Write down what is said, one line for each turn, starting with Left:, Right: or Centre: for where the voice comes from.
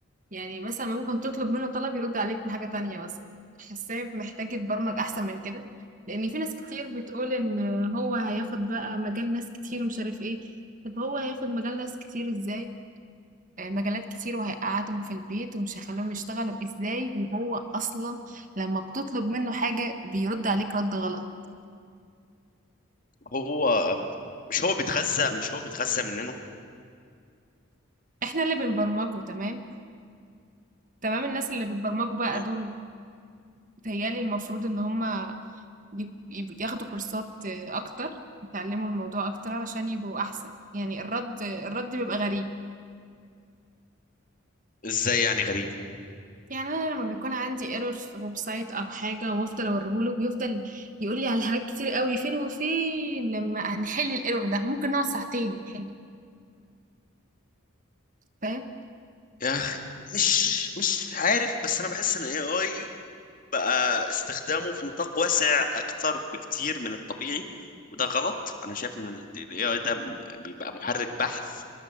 Right: يعني مثلا ممكن تطلب منه طلب يرد عليك بحاجة تانية مثلا حاساه محتاج يتبرمج احسن من كده لان في ناس كتير بتقول ان هو هياخد بقى مجال ناس كتير ومش عارف ايه طب هو هياخد مجال ناس كتير ازاي مجالات كتير وهيقعدهم في البيت ومش هيخليهم يشتغلوا ازاي وهو اصلا لما بتطلب منه حاجة بيرد عليك رد غلط
Left: هو مش هو بيتغذى مش هو بيتغذى مننا
Right: احنا اللي بنبرمجه تمام تمام الناس اللي بتبرمجوا بقى
Left: أه.
Right: دول بيتهيألي المفروض ان هما ي- ي- ياخدوا كورسات اكتر يتعلموا الموضوع اكتر علشان يبقوا احسن يعني الرد الرد بيبقى غريب
Left: ازاي يعني غريب
Right: يعني انا لما بيكون عندي ايرور في ويب سايت او حاجه وافضل اوريهوله بيفضل يقول لي على حاجات كتير قوي فين وفين لما هنحل الايرور ده ممكن نقعد ساعتين نحله فاهم
Left: يا اخي مش مش عارف بس انا بحس ان الاي اي بقى استخدامه في نطاق واسع اكتر بكتير من الطبيعي وده غلط انا شايف ان الاي اي ده بيبقى محرك بحث